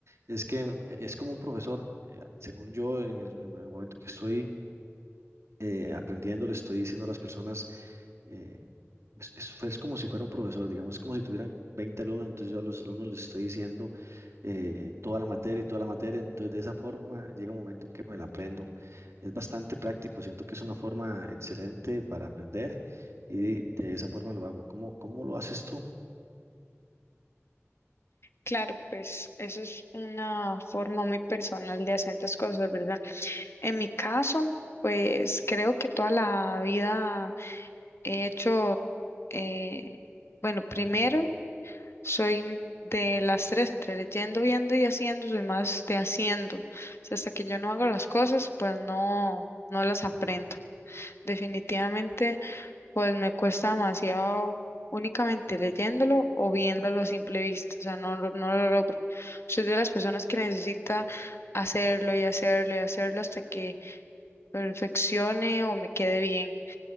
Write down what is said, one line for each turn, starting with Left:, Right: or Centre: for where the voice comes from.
Right: es que es como un profesor. Eh, según yo, en el, en el momento que estoy eh, aprendiendo, le estoy diciendo a las personas eh, es, es- es como si fuera un profesor, digamos, es como si tuvieran 20 alumnos, entonces yo a los alumnos les estoy diciendo eh, toda la materia y toda la materia, entonces de esa forma llega un momento en que me la aprendo. Es bastante práctico, siento que es una forma excelente para aprender y de esa forma lo hago. ¿Cómo, cómo lo haces tú?
Left: Claro, pues eso es una forma muy personal de hacer las cosas, ¿verdad? En mi caso, pues creo que toda la vida he hecho, eh, bueno, primero Soy de las tres, entre leyendo, viendo y haciendo, soy más de haciendo. O sea, hasta que yo no hago las cosas, pues no, no las aprendo. Definitivamente, pues me cuesta demasiado únicamente leyéndolo o viéndolo a simple vista. O sea, no, lo- no lo logro. Soy de las personas que necesita hacerlo y hacerlo y hacerlo hasta que perfeccione o me quede bien.